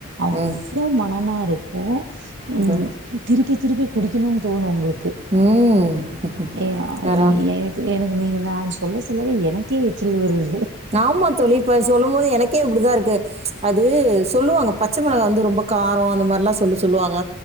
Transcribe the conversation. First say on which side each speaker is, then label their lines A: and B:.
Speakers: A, on the right (about 55°); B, on the right (about 30°).
A: அவ்ளோ
B: ம்
A: மனமா இருக்கூ
B: இது,
A: ம் ம் திருப்பி திருப்பி குடிக்கணுன்னு தோணு உங்களுக்கு
B: ம் ம்
A: ஏ
B: தறோ
A: எ எனக்கு எனக்கு நீங்க நான் சொல்ல சொல்லவே எனக்கே எச்சில் ஊருது
B: ஆமா தோழி இப்ப சொல்லும் போது எனக்கே அப்டிதா இருக்கு அது சொல்லுவாங்க பச்ச மொளகா வந்து ரொம்ப காரோ அந்த மாரில்லா சொல்லு சொல்லுவாங்க